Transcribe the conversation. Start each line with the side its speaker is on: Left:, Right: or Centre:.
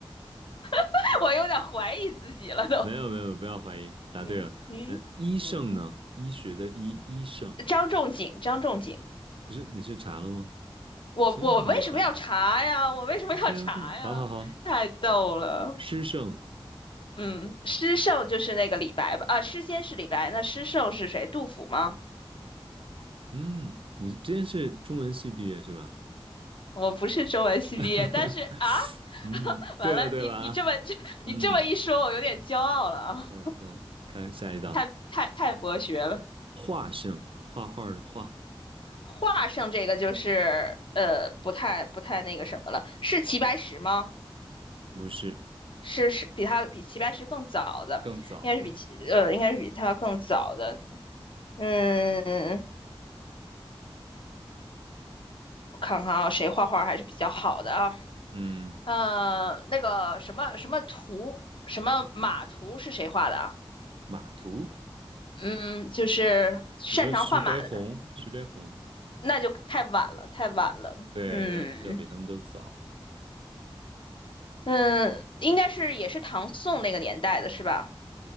Left: <laughs> 我有点怀疑自己了都。
Right: <laughs> 没有没有，不要怀疑，答对了。
Left: 嗯嗯嗯，
Right: 呃，医圣呢？医学的医，医圣
Left: 张仲景，张仲景，
Right: 不是？你是查了吗？
Left: 我我为什么要查呀？
Right: 这么厉害
Left: 我为什么要查呀？
Right: ？OK OK，好好好，
Left: 太逗了。
Right: 诗圣，
Left: 嗯，诗圣就是那个李白吧？啊，诗仙是李白，那诗圣是谁？杜甫吗？
Right: 嗯，你之前是中文系毕业是吧？
Left: 我不是中文系毕业，
Right: <laughs>
Left: 但是啊，
Right: 嗯，
Left: <laughs> 完了，
Right: 对了对了啊，
Left: 你你这么这 <laughs>
Right: 嗯
Left: 你这么一说，我有点骄傲了啊，
Right: 嗯嗯，看下一道，
Left: 太太太博学了。
Right: 画圣，画画的画，
Left: 画上这个就是呃，不太不太那个什么了，是齐白石吗？
Right: 不是，
Left: 是是比他比齐白石更早的，
Right: 更早，
Left: 应该是比齐呃应该是比他更早的。
Right: 对，
Left: 嗯，我看看啊，谁画画还是比较好的啊？
Right: 嗯，
Left: 呃，那个什么什么图什么马图是谁画的啊？
Right: 马图，
Left: 嗯，就是擅长换马的，
Right: 你说徐悲鸿，徐悲鸿，
Left: 那就太晚了，太晚了。
Right: 对，
Left: 嗯
Right: 要要比他们都早，
Left: 嗯，应该是也是唐宋那个年代的是吧？